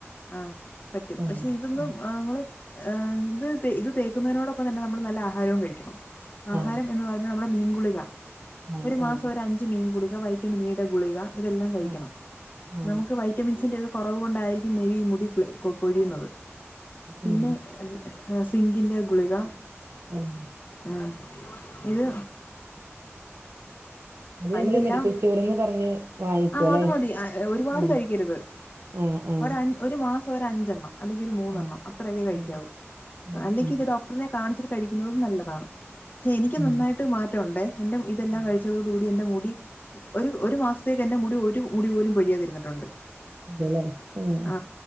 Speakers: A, on the left; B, on the right.
A: ആ പറ്റും
B: ആഹ്
A: പക്ഷെ ഇതൊന്നും
B: ഉം
A: നമ്മള് ആ ഇത് ഇത് തേ തേക്കുന്നതിനോടപ്പം തന്നെ നമ്മള് നല്ല ആഹാരവും കഴിക്കണം ആഹാരം
B: ആ
A: എന്ന് പറഞ്ഞാൽ നമ്മുടെ മീൻ ഗുളിക
B: ആ ആ
A: ഒരു മാസം
B: ആ
A: ഒരു അഞ്ച് മീൻ ഗുളി പിന്നെ വൈറ്റമിൻ ഇ യുടെ ഗുളിക ഇതെല്ലാം കഴിക്കണം
B: ആ ആ
A: നമുക്ക് വൈറ്റമിൻസിന്റെ കുറവു കൊണ്ടായിരിക്കും മേബി ഈ മുടി പൊഴിയുന്നത് പിന്നെ
B: ഉം
A: ആ സിംഗിന്റെ ഗുളിക
B: ഉം
A: ആ ഇത്
B: അത്
A: ആ
B: നമ്മള്
A: ഇതെല്ലാം
B: മെഡിക്കൽ സ്റ്റോറിന്ന് പറഞ്ഞ് വാങ്ങിക്കുവല്ലേ
A: ആ അത് മതി ഒരുപാട്
B: ഉം
A: കഴിക്കരുത്
B: ആ ആ
A: ഒരാ ഒരു മാസ ഒരഞ്ചെണ്ണം അല്ലെങ്കിൽ ഒരു മൂന്നെണ്ണം
B: ആ
A: അത്രയൊക്കെ കഴിക്കാവുഅല്ലെങ്കിൽ
B: ആ ആ ഉം ഉം
A: ഇത് ഡോക്ടറിനെ കാണിച്ചിട്ട് കഴിക്കുന്നതും നല്ലതാണ് പക്ഷെ എനിക്ക്
B: ഉം
A: നന്നായിട്ട് മാറ്റം ഉണ്ടേ എന്റെ ഇതെല്ലാം
B: ഉം
A: കഴിച്ചതോ എന്റെ മുടി ഒരു ഒരു മാസത്തേക്ക് എന്റെ മുടി ഒരു മുടി പോലും പൊഴിയാതിരിന്നിട്ടുണ്ട്
B: അതെല്ലേ ഉം
A: ആ